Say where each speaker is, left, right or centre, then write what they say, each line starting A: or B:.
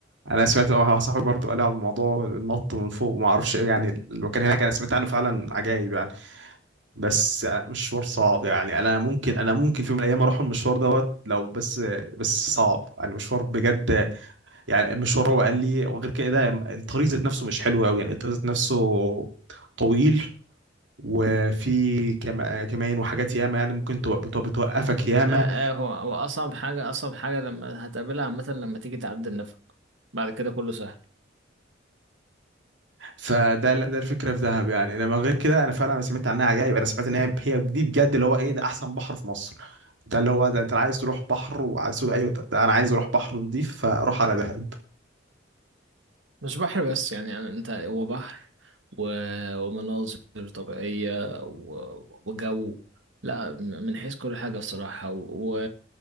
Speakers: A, on the right; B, on the right.
A: انا سمعت واحد صاحبي برضه قال لي على الموضوع النط من فوق وما اعرفش ايه يعني المكان هناك انا سمعت عنه فعلا عجايب يعني بس يعني مشوار صعب يعني انا ممكن انا ممكن في يوم من الايام اروح المشوار دوت لو بس بس صعب يعني مشوار بجد يعني مش هو قال لي وغير كده الطريق ذات نفسه مش حلو قوي يعني الطريق ذات نفسه طويل وفي كما- كمان وحاجات ياما يعني ممكن تو- بتو- بتوقفك ياما
B: آه آه، هو هو أصعب حاجة أصعب حاجة لما هتقابلها عامة لما تيجي تعدي النفق بعد كده كله سهل
A: فده ده الفكره في دهب يعني انما غير كده انا فعلا سمعت عنها عجائب انا سمعت ان هي هي دي بجد اللي هو ايه ده احسن بحر في مصر ده اللي هو ده انت عايز تروح بحر وعايز ايوه ده ده انا عايز اروح بحر نظيف فاروح على دهب
B: مش بحر بس يعني, يعني انت هو بحر و... ومناظر طبيعية و... وجو لا م- من حيث كل حاجة الصراحة و...